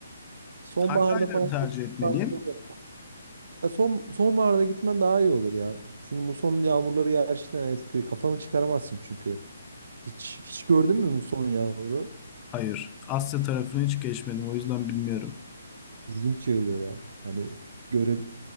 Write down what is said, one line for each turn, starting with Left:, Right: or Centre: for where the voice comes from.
Right: sonbaharda
Left: Hangi ayları
Right: falan
Left: tercih
Right: gitmeni
Left: etmeliyim?
Right: tavsiye ederim. Ya Son, sonbaharda gitmen daha iyi olur ya. Çünkü muson yağmurları gerçekten etkili. Kafanı çıkaramazsın çünkü. Hiç hiç gördün mü muson yağmuru?
Left: Hayır. Asya tarafına hiç geçmedim, o yüzden bilmiyorum.
Right: İlginç yağıyor ya. Hani göre